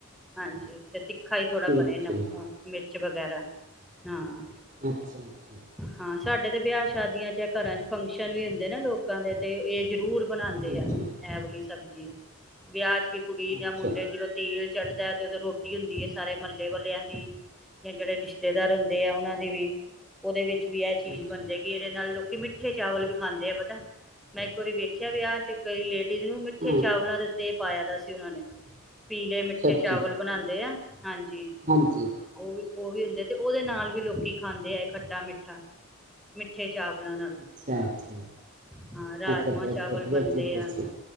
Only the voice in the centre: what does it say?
ਹਾਂਜੀ ਤੇ ਖਾਈ ਥੋੜਾ
ਬਣੇਿਆ
ਨਮ ਮਿਰ ਵਗੈਰਾ ਹਾਂ
ਹਾਂ ਸਾਡੇ ਤੇ ਵਿਆਹ ਸ਼ਾਦੀਆਂ ਚ ਘਰਾਂ ਚ ਫੰਕਸ਼ਨ ਵੀ ਹੁੰਦੇ ਨਾ ਲੋਕ ਲੋਕਾਂ ਦੇ ਤੇ ਇਹ ਜ਼ਰੂਰ ਬਣਾਉਂਦੇ
ਆ ਐਵਲੀ ਸਬਜ਼ੀ ਵਿਆਹ ਵੀ ਕੁੜੀ
ਜਾਂ ਮੁੰਡੇ ਨੂੰ ਜਦੋਂ ਤੇਲ ਚੜ੍ਹਦਾ ਉਦੋਂ ਰੋਟੀ ਹੁੰਦੀ ਹੈ ਸਾਰੇ ਮਹੱਲੇ ਵਾਲੱਲਿਆਂ ਦੀ ਜਾਂ ਜਿਹੜੇ ਰਿਸ਼ਤੇਦਾਰ ਹੁੰਦੇ ਆ ਉਹਨਾਂ ਦੀ ਵੀ ਉਹਦੇ ਵਿੱਚ ਵੀ ਇਹ ਚੀਜ਼
ਬਣਦੇਗੀ ਇਹਦੇ ਨਾਲ ਲੋਕੀ ਮਠੇ ਚਾਵਲ ਵੀ ਖਾਂਦੇ ਆ ਪਤਾ ਮੈਂ ਇੱਕ ਵਾਰੀ ਵੇਖਿਆ ਵਿਆਹ ਚ ਕਈ ਲੇਟ ਨੂੰ ਮਿੱਠੇ
ਚਾਵਲਾਂ ਦੇ ਉੱਤੇ ਪਾਇਆ ਦਾ ਸੀ ਉਹਨਾਂ ਨੇ ਪੀਲੇ ਮਿੱਠੇ
ਚਾਵਲ ਬਣਾਉਦੇ ਆ ਹਾਂਜੀ
ਉਹ ਵੀ ਉਹ ਵੀ ਹੁੰਦੇ ਤੇ ਉਹਦੇ ਨਾਲ ਵੀ ਲੋਕੀ ਖਾਂਦੇ ਆ ਖੱਟਾ ਮਿੱਠਾ ਮਿੱਠੇ ਚਾਵ ਨਾਲ
ਹਾਂ
ਹਾਂ ਰਾਜਮਾਂ
ਚਾਵਲ
ਬਣਦੇ
ਆ